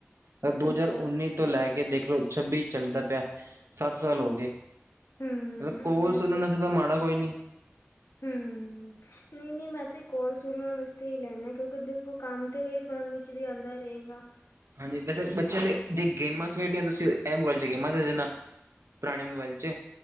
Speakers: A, on the right (about 85°); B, on the left (about 80°).
A: ਤਾਂ ਦੋ
B: ਅੱਛਾ
A: ਹਜ਼ਾਰ ਉੱਨੀ
B: ਅੱਛਾ
A: ਤੋਂ ਲੈ ਕੇ ਦੇਖਲੋ ਛੱਬੀ ਚੱਲਦਾ ਪਯਾ ਸੱਤ ਸਾਲ ਹੋ ਗੇ।
B: ਹਮ
A: ਮਤਲਬ ਕੋਲ
B: ਇਹ
A: ਸੁਨਨ ਅਸਤੇ ਤੇ ਮਾੜਾ ਕੋਈ ਨੀ।
B: ਹੂੰ, ਨਈ-ਨਈ ਮੈਂ ਤੇ ਕੋਲ ਸੁਨਨ ਵਸਤੇ ਈ ਲੈਂਨਾ ਕਿਉਂਕਿ ਦੇਖੋ ਕਾਮ ਤੇ ਏ ਫੋਨ ਵਿੱਚ ਵੀ ਆਂਦਾ ਰਏਗਾ‌।
A: ਹਾਂਜੀ, ਵੈਸੇ ਬੱਚੇਆਂ ਦੇ ਜੇ ਗੇਮਾਂ ਖੇਡਨੀਆਂ ਤੁਸੀਂ ਐ ਮੋਬਾਇਲ 'ਚ ਗੇਮਾਂ ਦੇ ਦੇਨਾ ਪੁਰਾਨੇ ਮੋਬਾਇਲ 'ਚ।